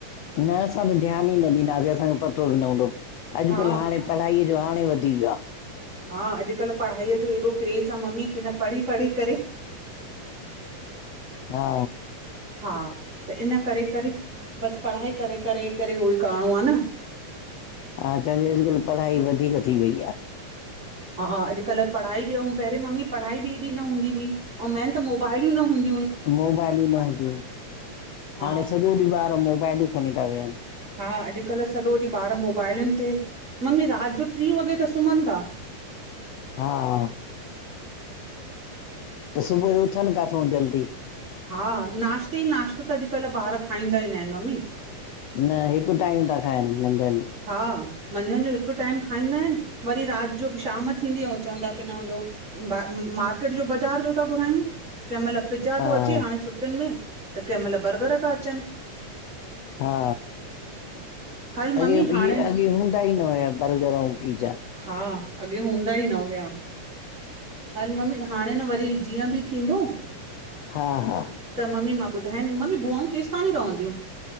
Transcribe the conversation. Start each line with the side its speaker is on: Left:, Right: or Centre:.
Left: न असां त ध्यानु ई न ॾींदासीं असांखे पतो बि हूंदो अॼुकल्
Right: हा
Left: हाणे। पढ़ाईअ जो हाणे वधी वियो आहे।
Right: हा अॼुकल्ह पढ़ाईअ जो एॾो क्रेज़ आहे मम्मी की न पढ़ी पढ़ी करे
Left: हा
Right: हा त इन करे करे बसि पढ़ाई करे करे करे उहो ई करिणो आहे न।
Left: हा चवां अॼकुल पढ़ाई वधीक थी वई आहे।
Right: हा हा अॼुकल्ह पढ़ाई बि ऐं पहिरं मम्मी पढ़ाई बि हेएॾी न हूंदी हुई अ मेन त मोबाइलूं ई न हूंदी हु
Left: मोबाइल ई न हुंदीयु
Right: हा
Left: हाणे सॼो ॾींहुं ॿार मोबाइलूं खणी था वेहनि।
Right: हा अॼुकल्ह सॼो ॾींहुं ॿार मोबाइलुनि ते मम्मी राति जो टीं वॻे त सुम्हनि था।
Left: हा त सुबुह जो उथनि काथूं जल्दी
Right: हा नाश्ते ई नाश्तो त अॼुकल्ह ॿार खाईंदा ई न आहिनि मम्मी।
Left: न हिकु टाइम था खाइनि मंझंन
Right: हा मंझंदि जो हिकु टाइम खाईंदा आहिनि वरी राति जो शाम थींदी अंऊँ चवंदा की न हम लोग मार्किट जो बाजार जो था घुरायूं कंहिं महिल पिज्जा
Left: हा
Right: थो अचे हाणे छुट्टियुनि में, त कंहिं महिल बर्गर था अचनि
Left: हा
Right: हल मम्मी
Left: अॻे इहे
Right: हाणे
Left: अॻे हूंदा ई न हुया बर्गर अंऊँ पीजा
Right: हा अॻे हूंदा ई न हुया हल मम्मी हाणे न व री जीअं बि थींदो
Left: हा हा
Right: त ममी मां ॿुधायन, ममी बुआऊं केसतांणी रहवंदियूं